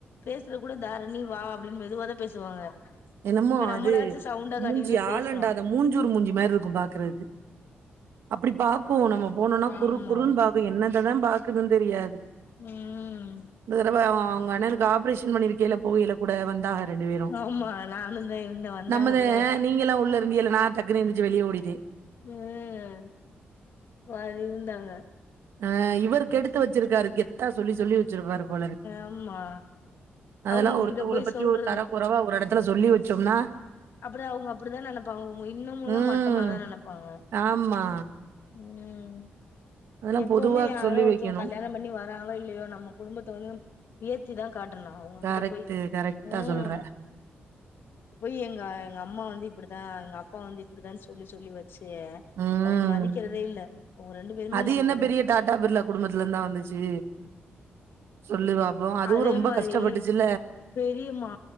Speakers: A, on the left (about 65°); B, on the right (about 80°).
A: பேசுற கூட தாரணி வா அப்டின்னு மெதுவாதா பேசுவாங்க
B: என்னமோ
A: இப்ப நம்மளாச்சு
B: அது
A: சவுண்டா
B: மூஞ்சி
A: கணீர்னு பேசுறோ
B: ஆலண்டாத மூஞ்சூர் மூஞ்சி மேரி இருக்கு பாக்குறத்க்கு அப்டி பாக்கு நம்ம போனோனா
A: ஆமா
B: குறு குறுன் பாக்கு என்னன் இததா பாக்குதுன் தெரியாது
A: ம்
B: இந்த தரவ ஆ உங்க அண்ணனுக்கு ஆப்ரேஷன் பண்ணிருக்கல போகையில கூட வந்தாக ரெண்டு பேரு
A: ஆமா நானுந்தா இருந்தே வந்தாங்கல்ல
B: நம்மத நீங்க எல்லா உள்ள இருந்தீல்ல நா டக்குனு வெளிய ஓடிட்ட
A: உம் அ இருந்தாங்க
B: ஆஹ் இவரு கெடுத்து வெச்சிருக்காரு கெத்தா சொல்லி சொல்லி வெச்சிருப்பார் போல இருக்கு
A: ஆமா
B: அதெல்லா
A: அவங்ககிட்ட
B: ஒருத்தவங்கள
A: போய்
B: பத்தி
A: சொல்றது
B: ஒரு தர குறைவா ஒரு எடத் துல சொல்லி வெச்சோம்னா
A: அப்புறோ அவுங்க அப்படிதா நினைப்பாங்க அவுங்க இன்னமும்தா
B: ம்
A: மட்டமாதா நினைப்பாங்க
B: ஆமா
A: உம்
B: அதெல்லா
A: எப்பவுமே
B: பொதுவா
A: யாரோ
B: சொல்லி
A: ஒருத்தவங்க
B: வைக்கணு
A: கல்யாணம் பண்ணி வராங்களோ இல்லையோ நம்ம குடும்பத்தை வந்து உயர்த்திதா காட்டுனு அவுங்க
B: கரெக்ட்
A: கிட்ட போய்
B: கரெக்டா
A: உஹ்
B: சொல்ற
A: போய் எ எங்க அம்மா வந்து இப்படிதா எங்க அப்பா வந்து இப்படிதானு சொல்லி சொல்லி வெ ச்சு
B: ம்
A: அவுங்க மதிக்கிறதே இல்ல அவுங்க ரெண்டு பேருமே
B: அது
A: மதிக்கிறது
B: என்ன பெரிய
A: இல்ல
B: டாடா பிர்லா குடும்பத்துல இருந்தா வந்துச்சு சொல்லு பாப்போ அதுவு
A: அதே
B: ரொம்ப
A: மாரி
B: கஷ்டப்பட்டுச்சுல்ல
A: பெரியம்மா